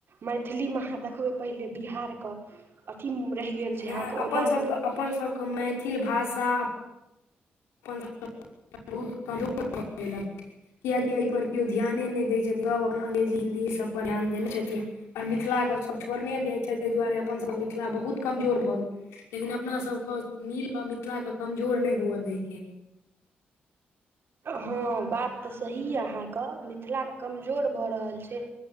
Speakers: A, on the right; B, on the left.
A: मैथिलीमे अहाँ देखबै, पहिने बिहारके। अथि मे उ रहि गेल छै
B: नहि
A: अहाँके ओ
B: अपन
A: लालू
B: सभके अपन सबके मैथिल भाषा <unintelligible> बहुत कियकि एहि पर केओ ध्यान नहि दै अंग्रेजी हिन्दी सब पर ध्यान देनेे छथिन ओर मिथिलाके सभ छोड़ने जाइ छै, ताहि दुआरे अपनसभके मिथिला बहुत कमजोर भऽ गेल। लेकिन अपनासभके मिल कऽ मिथिलाके कमजोर नहि हुअ दैके
A: हँ बात तऽ सही यए अहाँके मिथिलाके कमजोर भऽ रहल छै।